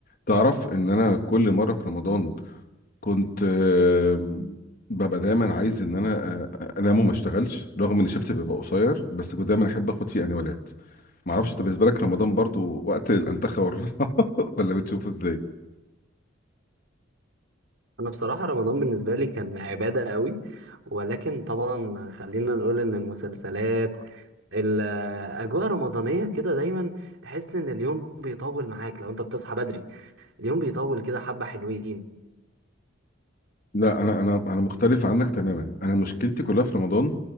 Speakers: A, on the left; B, on the right.
A: تعرف ان انا كل مره في رمضان كنت آه، ببقى دايما عايز ان انا آه، آه، انام وما اشتغلش رغم ان شفتي بيبقى قصير بس كنت دايما احب اخد فيه انوالات ما اعرفش انت بالنسبه لك رمضان برضو وقت الانتخه والراحه <laughs> ولا بتشوفه ازاي
B: انا بصراحة رمضان بالنسبة لي كان عبادة قوي ولكن طبعا خلينا نقول ان المسلسلات الاجواء رمضانية كده دايما تحس ان اليوم بيطول معاك لو انت بتصحى بدري اليوم بيطول كده حبة حلوين
A: لا انا انا انا مختلف عنك تماما انا مشكلتي كلها في رمضان